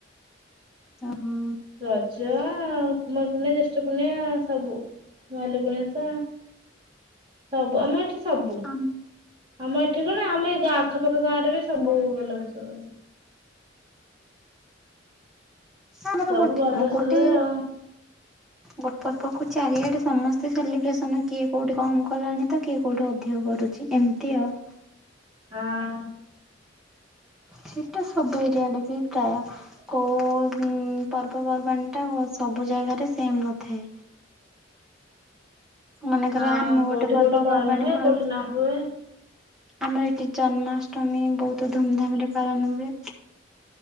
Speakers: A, in the centre; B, on the right.
A: ଓ ହଁ।
B: ରଜ ଆଉ କୁମାର ପୁନେଇ, ଜ୍ୟେଷ୍ଠ ପୁର୍ଣ୍ଣିମା ସବୁ। ଭାଲୁକୁଣି ଓଷା ସବୁ ଆମ ଏଠି ସବୁ,
A: ଆମ
B: ଆମ ଏଠି କଣ ଆମ ଏଇ ଗାଁ ଆଖପାଖ ଗାଁ ରେ ବି
A: ଏତେ
B: ସବୁ
A: ନାହିଁ
B: ଭଲସେ ହୁଏ।
A: ଆମର
B: ସବୁ
A: ଗୋଟେ
B: ଭଲସେ
A: ଅଁ, ଗୋଟେ
B: ହୁଏ ଆଉ
A: ଗୋଟ ପର୍ବ କୁ ଚାରିଆଡେ ସମସ୍ତେ ସେଲିବ୍ରେସନ୍ କିଏ କୋଉଠି କମ କଲାଣି ତ। କିଏ କୋଉଠି ଅଧିକ କରୁଛି। ଏମିତି ଆଉ।
B: ହଁ।
A: ସେଇଟା ସବୁ ଏରିଆ ଆଡେ ବି ପ୍ରାୟ କୋଉ ଉଁ, ପର୍ବପର୍ବାଣୀ ଟା ଓ ସବୁ ଜାଗାରେ ସେମ୍ ନଥାଏ ମନେକର
B: ହଁ
A: ଆମେ ଗୋଟେ
B: କୋଉଠି
A: ପର୍ବପର୍ବାଣୀ
B: କୋଉଟା ପାଳନ ହୁଏ
A: ପାଳୁଛେ।
B: କୋଉଠି ନ ହୁଏ
A: ଆମର ଏଠି ଜନ୍ମାଷ୍ଟମୀ ବହୁତ ଧୁମଧାମ୍ ରେ ପାଳନ ହୁଏ।